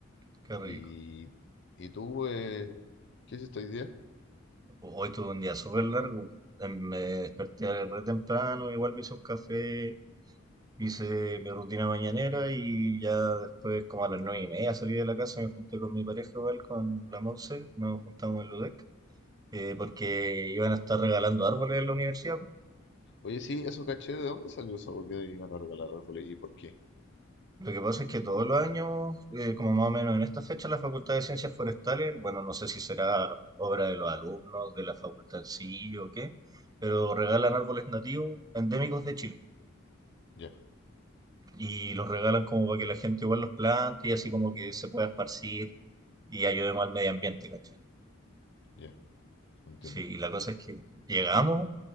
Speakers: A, on the right; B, on the left.
A: qué rico.
B: Y, y tú, eh, ¿qué hiciste hoy día?
A: Hoy tuve un día súper largo. Eh, Me desperté re temprano, igual me hice un café, hice mi rutina mañanera y ya después, como a las nueve y media, salí de la casa, me junté con mi pareja igual, con la Monse, nos juntamos en Ludec, eh, porque iban a estar regalando árboles en la universidad.
B: Oye, sí, eso caché, ¿de dónde salió eso que iban a regalar árboles y por qué?
A: Lo que pasa es que todos los años, eh, como más o menos en esta fecha, la Facultad de Ciencias Forestales, bueno, no sé si será obra de los alumnos, de la facultad en sí o qué, pero regalan árboles nativos endémicos de Chile.
B: Ya,
A: Y los regalan como para que la gente igual los plante y así como que se pueda esparcir y ayudemos al medio ambiente, ¿cachai?
B: ya, entiendo.
A: Sí, y la cosa es que llegamos,